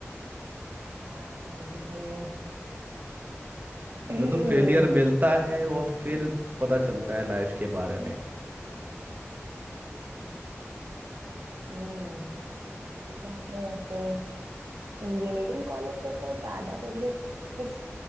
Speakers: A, on the right; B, on the right.
A: हाँ ये भी सही है
B: इसमें
A: <clears throat>
B: तो फेलियर मिलता है और फिर पता चलता है लाइफ के बारे में
A: हम्म, सही बात है वैसे इंजीनियरिंग कॉलेज से तो ज्यादा मुझे कुछ